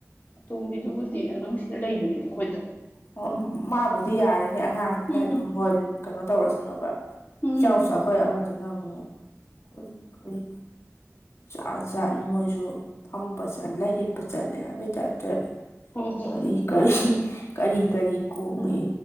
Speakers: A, on the left (about 35°); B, on the left (about 55°).
A: ꯑꯇꯣꯝꯕꯤꯗꯨꯕꯨꯗꯤ ꯑꯗꯨꯝ ꯁꯤꯗ ꯂꯩꯕꯅꯦꯕ ꯑꯩꯈꯣꯏꯗ
B: ꯑꯣ ꯃꯥꯕꯨꯗꯤ ꯌꯥꯔꯦꯅꯦ ꯑꯉꯥꯡꯅꯤꯅ
A: ꯎꯝ
B: ꯑꯗꯨꯝ ꯍꯣꯏ ꯀꯩꯅꯣ ꯇꯧꯔꯁꯅꯣꯕ
A: ꯎꯝ
B: ꯏꯆꯥꯎ
A: ꯎꯝ
B: ꯆꯥꯎꯈꯥꯏ ꯑꯃꯗꯨꯅ ꯑꯃꯨꯛ ꯀꯔꯤ ꯀꯔꯤ ꯖꯥꯠ ꯖꯥꯠꯅꯤ ꯃꯣꯏꯁꯨ ꯐꯝꯕ ꯆꯠꯂꯦ ꯍꯤꯞꯄ ꯆꯠꯂꯦ ꯍꯥꯏꯕꯒꯤ ꯇꯥꯏꯞꯇ
A: ꯍꯣ ꯍꯣ
B: ꯀꯔꯤ ꯀꯔꯤ ꯀꯔꯤ ꯀꯔꯤ ꯀꯣꯛꯅꫭ